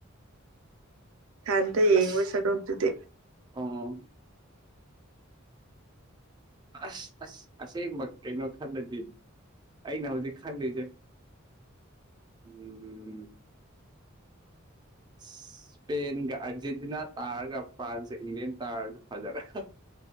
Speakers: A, on the right; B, on the right.
A: ꯏꯊꯥꯟꯗ ꯌꯦꯡꯕ
B: ꯑꯁ
A: ꯁꯔꯨꯛ ꯇꯨꯗꯤ꯫
B: ꯑꯣ ꯑꯁ ꯑꯁ ꯑꯁꯦꯡꯕ ꯀꯩꯅꯣ ꯈꯜꯂꯗꯤ꯫ ꯑꯩꯅ ꯍꯧꯖꯤꯛ ꯈꯜꯂꯤꯁꯦ ꯎꯝ ꯏꯁꯄꯦꯟꯒ ꯑꯥꯔꯖꯦꯟꯇꯤꯅꯥ ꯇꯥꯔꯒ ꯐ꯭ꯔꯥꯟꯁ ꯏꯪꯂꯦꯟ ꯇꯥꯔꯁꯨ ꯐꯖ <unintelligible>